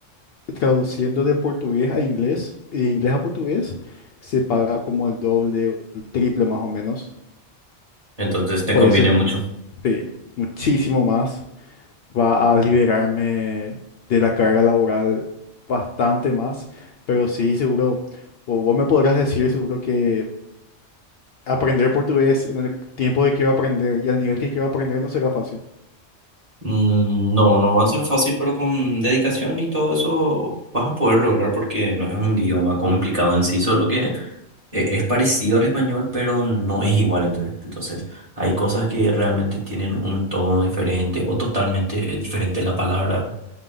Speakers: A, on the left; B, on the right.
A: traduciendo de portugués a inglés y de inglés a portugués se paga como el doble o el triple más o menos.
B: Entonces te
A: Por
B: conviene
A: eso es
B: mucho.
A: sí, muchísimo más. Va a liberarme de la carga laboral bastante más, pero sí, seguro, o vos me podrás decir seguro que aprender portugués en el tiempo que quiero aprender y al nivel que quiero aprender no será fácil.
B: Mm, No, no va a ser fácil, pero con dedicación y todo eso vas a poder lograr porque no es un idioma complicado en sí, solo que eh, es parecido al español, pero no es igual, Entonces, Entonces, hay cosas que realmente tienen un tono diferente o totalmente diferente la palabra. ¿verdad?